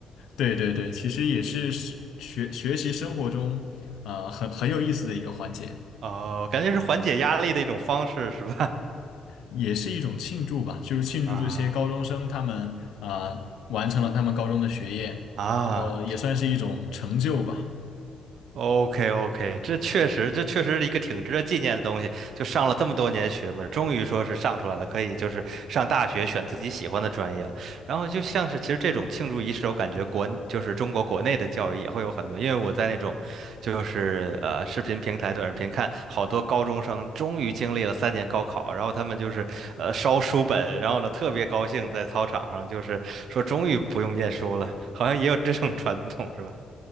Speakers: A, on the left (about 80°); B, on the right (about 70°).
A: 对对对，其实也是学学习生活中啊很很有意思的一个环节。
B: 哦，感觉是缓解压力的一种方式，是吧？
A: 也是一种庆祝吧，就是庆祝这些高中生他们啊、
B: <laughs> 啊。
A: 完成了他们高中的学业，
B: 啊，
A: 然后也算是一种成就吧。
B: OK OK，这确实，这确实是一个挺值得纪念的东西。就上了这么多年学嘛，终于说是上出来了，可以就是上大学选自己喜欢的专业了。然后就像是其实这种庆祝仪式，我感觉国就是中国国内的教育也会有很多，因为我在那种就是呃视频平台、短视频看好多高中生终于经历了三年高考，然后他们就是呃烧书本，然后呢特别高兴在操场上，就是说终于不用念书了，好像也有这种传统是吧？